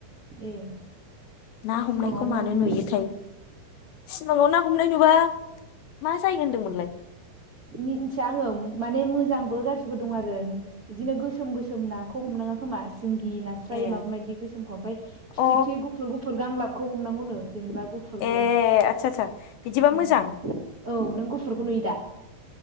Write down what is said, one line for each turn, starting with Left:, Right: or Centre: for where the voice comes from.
Right: ए।
Left: ना हमनायखौ
Right: सिमाङाव
Left: मानो
Right: ना हमनाय
Left: नुयोथाय सिमाङाव ना हमनाय नुबा मा जायो होनदोंमोनलाय?
Right: मिथिया आङो माने मोजांबो गाज्रिबो दं आरो बिदिनो गोसोम गो सोम नाखौ हमनाङा खोमा सिंगि नास्राय
Left: ए
Right: माबा मायदि गोसोमखौ ओमफ्राय
Left: अ
Right: फिथिख्रि गुफुर गुफुर गांलाब खौ हमनांगौनो जेनेबा गुफुरखौ
Left: ए आदसा आदसा बिदिबा मोजां
Right: उम औ नों गुफुरखौ नुयो दा?